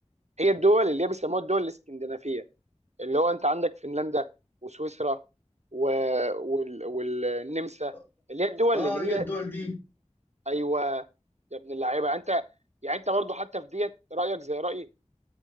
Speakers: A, on the right; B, on the left.
A: هي الدول اللي هي بيسموها الدول الاسكندنافيه اللي هو انت عندك فنلندا وسويسرا و... وال... والنمسا
B: آه
A: اللي هي الدول
B: آه،
A: اللي هي
B: هي الدول دي
A: ايوه يا ابن اللعيبه يعني انت يعني انت برضو حتى في ديت رايك زي رايي